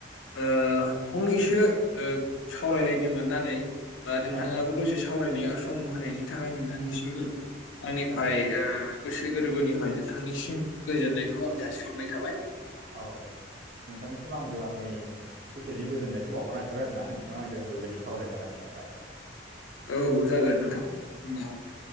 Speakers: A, on the left (about 80°); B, on the right (about 50°).
A: ओ फंनैसो ओ सावरायलायनो मोन नानै बा नोंथाङाबो
B: औ
A: दसे साव रायनायाव सम होनायनि थाखाय नोंथांनिसिमबो आंनि फ्राय
B: औ
A: ओ गोसो गोरबोनिफ्राय नोंथांनिसिम गोजोननायखौ आं जासिहरनाय थाबाय।
B: औ नोंथांनिसिम आंबो आंनि गोसोनि गो जोननायखौ बावहरनाय थाबाय आरोना नोंथाङा आंजों बेबायदि सावरायफानायनि थाखाय।
A: औ जागोन नोंथां होमबा